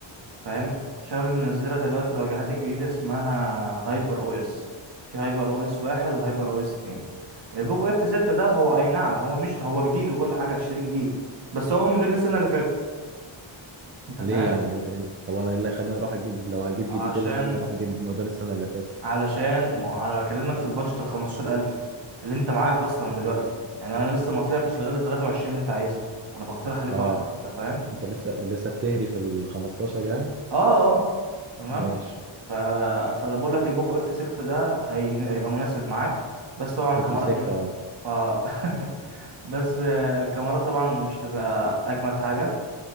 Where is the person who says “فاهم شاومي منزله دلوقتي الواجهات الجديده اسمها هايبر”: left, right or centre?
Right